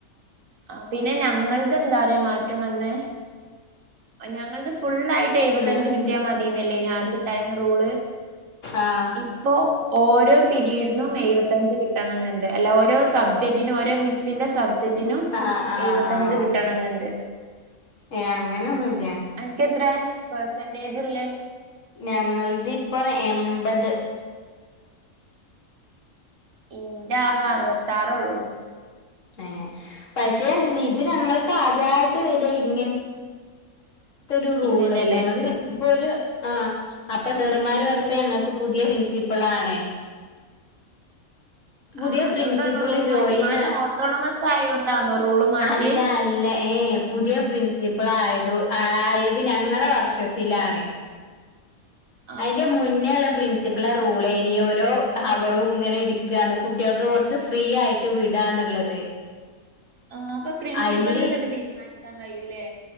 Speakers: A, on the right (about 70°); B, on the left (about 60°).
A: ആ പിന്നെ ഞങ്ങളതെന്താറിയോ മാറ്റം വന്നെ ഞങ്ങളത് ഫുള്ളായിട്ടെയ്പത്തഞ്ച്
B: ഉം
A: കിട്ട്യാമതിനെല്ല്യയിനി
B: ഉം
A: അദ്യണ്ടായേ യെ റൂള്
B: ആഹ്
A: ഇപ് പ്പോ ഓരോ പീരീഡിനും എയ് പത്തഞ്ച് കിട്ടണന്ന്ണ്ട് അല്ല ഓരോ സബ്ജക് റ്റിനും ഓരോ മിസിന്റെ സബ് ജറ്റിനും
B: ആഹ് ആഹ്
A: എയ്പത്തഞ്ച്
B: ആഹ്
A: കിട്ടണന്ന്ണ്ട്.
B: ഏഹ് അങ്ങനൊന്നുൽ
A: അന്ക്കത്രെ പെർസ ന്റേജ്ള്ളേ
B: ഞങ്ങളിത്പ്പൊ എൺപത്.
A: ഉം ഇന്റാകറുപത്താറൊള്ളൂ.
B: ഏഹ് പക്ഷേണ്ടല്ലേ ഇത് ഞങ്ങൾക്കാദ്യായിട്ട് വര ഇങ്ങന ത്തൊ രു റൂള്
A: ഇങ്ങനെല്ലേ
B: ഞങ്ങള്ത്പ്പൊരു. ആഹ് അപ്പൊ സെറുമ്മാര് പ റഞ്ഞപ്പൊ ഞങ്ങൾക്ക് പുതിയ പ്രിൻസിപ്പളാണ്. പുതിയ
A: ആഹ് അതോണ്ടാണോ
B: പ്രിൻസിപ്പിള്
A: റൂൾ
B: ജോയിന്
A: മാറ്റിമാണ് ഓട്ടോണമസ്. പ്പായോണ്ടാണോ റൂള് മാറ്റിയെ.
B: അല്ല അല്ല ഏഹ് ഏഹ് ഇപ്പ പുതിയ പ്രിൻസിപ്പളായതു ആയത് ഞങ്ങളെ വർഷത്തിലാണ്.
A: ആ
B: അയിന്റെ മു ന്നേ ള്ള പ്രിൻസിപ്പിള റൂളാ യിനി ഓരോ ഹവറും ഇങ്ങനെ ഇട്ക്കാന്ന് കുട്ട്യാൾക്ക് കൊറച്ച് ഫ്രീ ആയി. ട്ട് വിടാന്നുള്ളത്
A: ആ അപ്പൊ പ്രിൻസിപ്പലിന്
B: അയില്
A: ഇതൊക്കെ തീരുമാനിക്കാൻ കഴിയൂല്ലേ